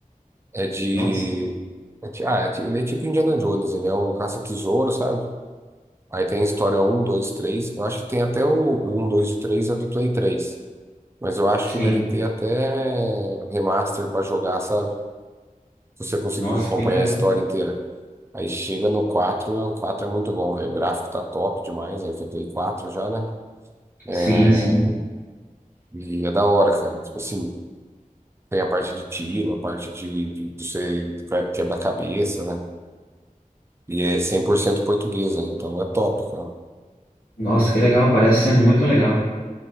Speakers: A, on the right; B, on the left.
A: É de.
B: Nossa,
A: é de- ah, é de- ele é tipo Indiana Jones. Ele é um caça-tesouro, sabe? Aí tem história um, 2, 3. Eu acho que tem até o um, 2 e 3 é do Play 3. Mas eu acho
B: sim.
A: que deve ter até remaster pra jogar, sabe? Se você conseguir
B: Nossa,
A: acompanhar
B: que legal.
A: a história inteira. Aí chega no 4. o 4 é muito bom, velho. O gráfico tá top demais, aí que é Play 4 já, né? É...
B: Sim, sim.
A: E é da hora, cara. Tipo assim, tem a parte de tiro, a parte de, de você quebra cabeça, né? E é 100% portuguesa, então é top, cara.
B: Nossa, que legal. Parece ser muito legal.